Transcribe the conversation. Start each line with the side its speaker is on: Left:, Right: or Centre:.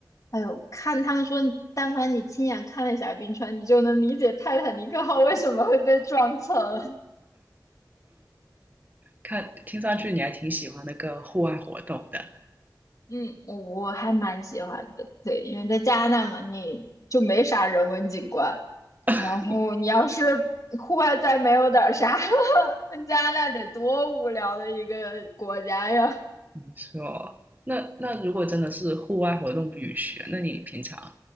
Left: 哎呦，看他们说，但凡你亲眼看了一下冰川，你就能理解泰坦尼克号为什么会被撞沉。
Right: 看，听上去你还挺喜欢那个户外活动的。
Left: 嗯，我我还蛮喜欢的，对，因为在加拿大嘛，你就没啥人文景观。
Right: <laughs>
Left: 然后你要是户外再没有点啥，那加拿大得多无聊的一个国家呀！
Right: 是哦，那那如果真的是户外活动不允许，那你平常